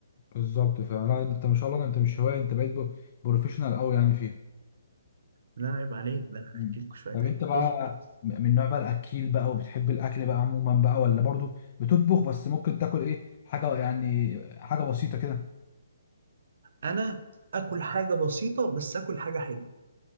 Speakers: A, on the left (about 30°); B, on the right (about 55°).
A: بالظبط فعلا لا، انت ما شاء الله ده انت مش هوايه انت بقيت بروفيشنال قوي يعني فيها
B: لا عيب عليك ده انا
A: مم.
B: هاكلكوا شوية
A: طب انت
B: اكل
A: بقى
B: اصبر بس.
A: م- من نوع بقى الاكيل بقى وبتحب الاكل بقى عموما بقى ولا برضو بتطبخ بس ممكن تاكل ايه حاجه يعني حاجه بسيطه كده
B: انا اكل حاجة بسيطة بس اكل حاجة حلوة